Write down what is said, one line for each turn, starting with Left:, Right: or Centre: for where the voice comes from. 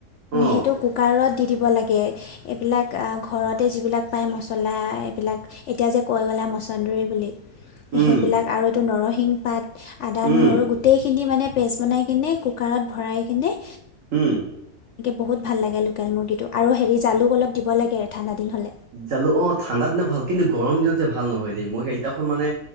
Right: অ
Left: সেইটো কুকাৰত দি দিব লাগে। এইবিলাক ঘৰতে যিবিলাক পায় মছলা এইবিলাক এতিয়া যে কৈ গ'লা মচন্দৰী বুলি সেইবিলাক
Right: উম।
Left: আৰু এইটো নৰসিংহ পাত, আদা,
Right: উম,
Left: নহৰু গোটেইখিনি মানে পেষ্ট বনাই কিনে কুকাৰত ভৰাই কিনে
Right: হোম।
Left: বহু ভাল লাগে লোকেল মুৰ্গীটো আৰু হেৰি জালু অলপ দিব লাগে ঠাণ্ডা দিন হ'লে।
Right: জালো অ ঠাণ্ডা দিনত ভাল কিন্তু গৰম দিনত যে ভাল নহয় দেই। মই সেইদিনাখন মানে